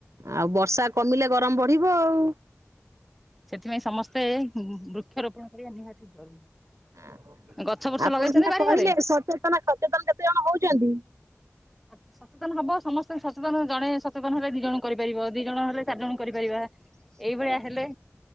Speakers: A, on the right; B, in the centre.
A: ଆଉ ବର୍ଷା କମିଲେ ଗରମ ବଢିବ ଆଉ।
B: ସେଥିପାଇଁ ସମସ୍ତେ ବୃକ୍ଷରୋପଣ କରିବା ନିହାତି ଜରୁରୀ।
A: ଆ,
B: ଗଛ ବୃଛ
A: ଆପଣ
B: ଲଗେଇଛନ୍ତି
A: ସିନା
B: ବାରିଘରେ?
A: କହିଲେ ସଚେତନ ସଚେତନ କେତେ ଜଣ ହଉଚନ୍ତି?
B: <unintelligible> ସବୁ ସଚେତନ ହବ ସମସ୍ତେ ସଚେତନ ଜଣେ ସଚେତନ ହେଲେ ଦି ଜଣ କରିପାରିବ। ଦି ଜଣ ହେଲେ ଚାରି ଜଣକୁ କରିପାରିବା। ଏଇଭଳିଆ ହେଲେ